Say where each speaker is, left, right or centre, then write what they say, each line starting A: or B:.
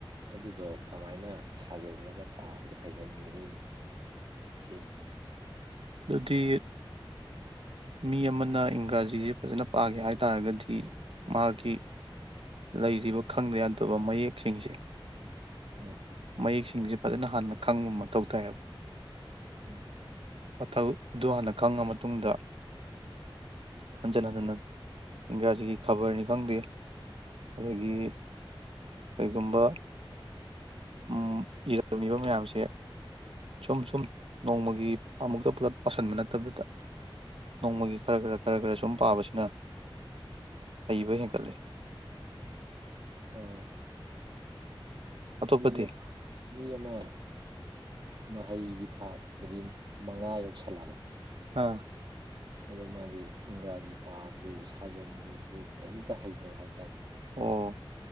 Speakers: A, on the right (about 60°); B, on the right (about 80°).
A: ꯑꯗꯨꯗꯣ ꯀꯃꯥꯏꯅ ꯁꯥꯖꯤꯜꯂꯒ ꯄꯥꯕꯗꯣ ꯍꯩꯍꯟꯒꯅꯤ ꯁꯤꯅꯤ
B: ꯑꯗꯨꯗꯤ ꯃꯤ ꯑꯃꯅ ꯏꯪꯒ꯭ꯔꯥꯖꯤꯁꯦ ꯐꯖꯅ ꯄꯥꯒꯦ ꯍꯥꯏ ꯇꯥꯔꯒꯗꯤ ꯃꯥꯒꯤ ꯂꯩꯔꯤꯕ ꯈꯪꯗ ꯌꯥꯗꯕ ꯃꯌꯦꯛꯁꯤꯡꯁꯦ
A: ꯎꯝ
B: ꯃꯌꯦꯛꯁꯤꯡꯁꯦ ꯐꯖꯅ ꯍꯥꯟꯅ ꯈꯪꯕ ꯃꯊꯧ ꯇꯥꯏꯌꯦꯕ
A: ꯎꯝ
B: ꯃꯊꯛ ꯑꯗꯨ ꯍꯥꯟꯅ ꯈꯪꯉ ꯃꯇꯨꯡꯗ ꯍꯟꯖꯤꯟ ꯍꯟꯖꯤꯟ ꯏꯪꯒ꯭ꯔꯥꯖꯤꯒꯤ ꯈꯕꯔꯅꯤ ꯈꯪꯗꯦ ꯑꯗꯒꯤ ꯀꯩꯒꯨꯝꯕ ꯎꯃ ꯏꯔꯝꯉꯤꯕ ꯃꯌꯥꯝꯁꯦ ꯁꯨꯝ ꯁꯨꯝ ꯅꯣꯡꯃꯒꯤ ꯑꯃꯨꯛꯇ ꯄꯨꯂꯞ ꯄꯥꯁꯟꯕ ꯅꯠꯇꯕꯤꯗ ꯅꯣꯡꯃꯒꯤ ꯈꯔ ꯈꯔ ꯈꯔ ꯈꯔ ꯁꯨꯝ ꯄꯥꯕꯁꯤꯅ ꯍꯩꯕ ꯍꯦꯟꯀꯠꯂꯦ
A: ꯑꯣ
B: ꯑꯇꯣꯞꯄꯗꯤ
A: ꯃꯤ ꯃꯤ ꯑꯥꯃꯥ ꯃꯍꯩꯒꯤ ꯊꯥꯛꯄꯗꯤ ꯃꯉꯥ ꯌꯧꯁꯜꯂꯛꯕ
B: ꯑꯥ
A: ꯑꯗꯣ ꯃꯥꯁꯦ ꯏꯪꯒꯔꯥꯖꯤ ꯄꯥꯕꯁꯤ ꯁꯥꯖꯟꯕꯁꯦ ꯀꯔꯤꯝꯇ ꯍꯩꯇꯕ ꯍꯥꯏꯔꯦ
B: ꯑꯣ